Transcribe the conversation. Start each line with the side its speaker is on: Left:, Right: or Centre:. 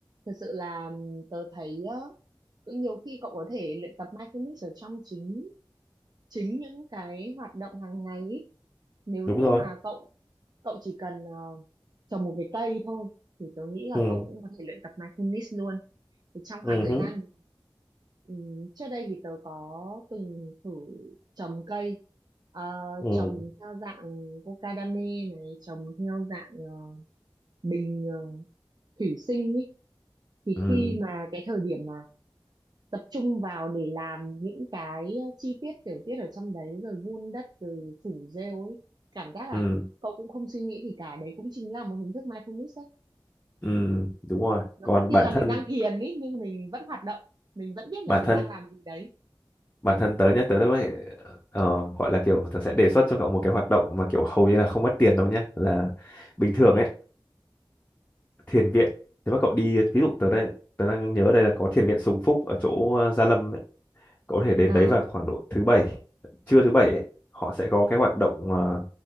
Right: thật sự là tớ thấy á, cũng nhiều khi cậu có thể luyện tập mindfulness ở trong chính chính những cái hoạt động hàng ngày ý. nếu
Left: đúng
Right: như
Left: rồi
Right: mà cậu cậu chỉ cần ờ, trồng một cái cây thôi thì tớ nghĩ là
Left: ừ
Right: cậu cũng có thể luyện tập mindfulness luôn thì trong
Left: ừ
Right: khoảng thời
Left: hứ,
Right: gian ừm, trước đây thì tớ có từng thử trồng cây ờ,
Left: ừ
Right: trồng theo dạng cocadame này trồng theo dạng ờ, bình ờ, thủy sinh ý. thì
Left: ừ
Right: khi mà cái thời điểm mà tập trung vào để làm những cái chi tiết tiểu tiết ở trong đấy rồi vun đất rồi phủ rêu ấy cảm giác là
Left: ừ
Right: cậu cũng không suy nghĩ thì cả đấy cũng chính là một hình thức mindfulness ấy
Left: ừ đúng rồi
Right: nó
Left: còn
Right: cũng như
Left: bản
Right: là
Left: thân
Right: mình đang thiền ấy nhưng mình vẫn hoạt động mình vẫn biết là
Left: bản
Right: mình
Left: thân
Right: đang làm gì đấy
Left: bản thân tớ nhé tớ đã vậy ờ, gọi là kiểu tớ sẽ đề xuất cho cậu một cái hoạt động mà kiểu hầu như là không mất tiền đâu nhé là bình
Right: là
Left: thường
Right: gì
Left: ấy thiền viện nếu mà cậu đi ví dụ tớ đây tớ đang nhớ đây là có thiền viện Sùng Phúc ở chỗ ờ, Gia Lâm ấy có thể đến
Right: à
Left: đấy vào khoảng độ thứ bảy trưa thứ bảy ấy, họ sẽ có cái hoạt động ờ,